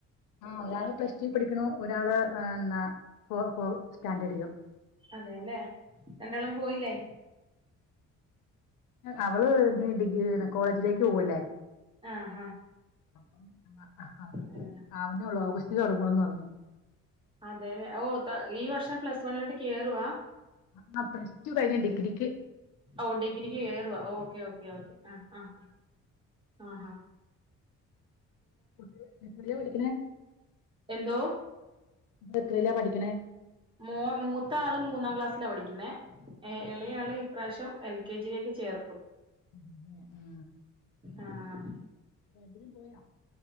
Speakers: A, on the left; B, on the right.
A: ആഹ് ഒരാള് പ്ലസ് ടു പഠിക്കണു ഒരാൾ നാ ഫോ ഫോ സ്റ്റാൻഡേർഡിലും
B: അതെല്ലേ രണ്ടാളും പോയില്ലേ
A: അവള് ഇനി ഡിഗ്രിയാണ് കോളേജിലേക്ക് പോവല്ലേ
B: ആഹ്
A: അപ്പം അവക്ക്
B: ആഹ്
A: ആവുന്നേ ഒള്ളൂ ഓഗസ്റ്റിലേ തൊടങ്ങൂന്നുള്ളെന്ന് പറഞ്ഞു
B: അതെല്ലേ ഓഹ് താ ഈ വർഷം പ്ലസ് വണ്ണിലോട്ട് കേറുവാ
A: ആഹ് ആഹ് പ്ലസ് ടു കഴിഞ്ഞു ഡിഗ്രിക്ക്
B: ഓഹ് ഡിഗ്രിക്ക് കേറുവാ ഓക്കേ ഓക്കേ ഓക്കേ ആഹ് ആഹ് ആഹ് ഹാ
A: കുട്ടി എത്രേലാ പഠിക്കണേ
B: എന്തോ
A: എത്രേലാ പഠിക്കണേ
B: മോ മൂത്ത ആള് മൂന്നാം ക്ലാസ്സിലാ പഠിക്കുന്നേ ഏഹ് എളയ ആള് ഇപ്രാവശ്യം എൽ കെ ജി യിലേക്ക് ചേർത്തു
A: <unintelligible>
B: ആഹ്
A: രണ്ട് പേരും പോയൊ